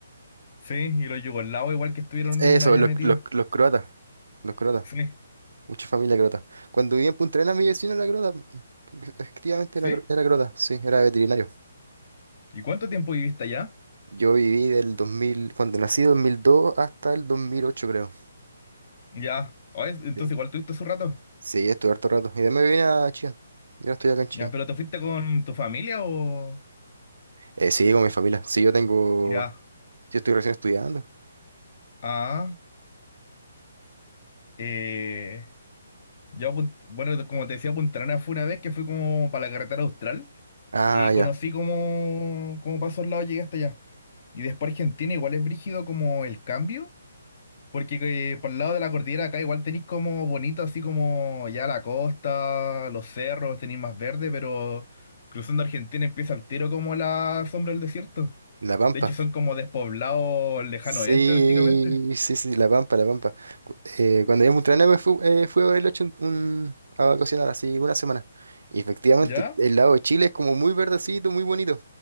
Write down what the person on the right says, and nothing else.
Eso,
los,
los, los croatas. Los croatas.
Mucha familia croata. Cuando viví en Punta Arenas, mi vecino era croata. Efectivamente
era, cro- era croata, sí, era veterinario.
Yo viví del 2000, cuando nací, 2002 hasta el 2008, creo.
Sí,
sí, estuve harto rato. Y después me vine a Chillán. Yo estoy acá en Chillán.
Eh, sí, con mi familia. Sí, yo tengo.
Yo estoy recién estudiando.
Ah,
ya.
En La Pampa.
Sí,
sí, sí, La Pampa, La Pampa. Cu- eh, cuando yo a me fui, eh, fui a Bariloche un, un- a vacacionar así una semana. Y efectivamente,
el lado de Chile es como muy verdecito, muy bonito.